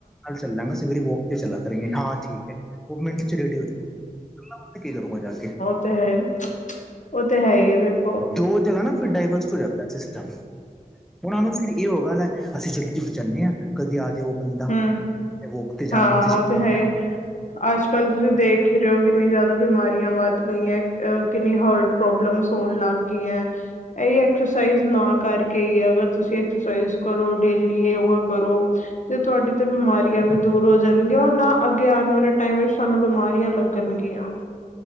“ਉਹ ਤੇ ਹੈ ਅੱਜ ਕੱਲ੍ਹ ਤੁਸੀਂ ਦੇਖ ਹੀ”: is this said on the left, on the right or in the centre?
Left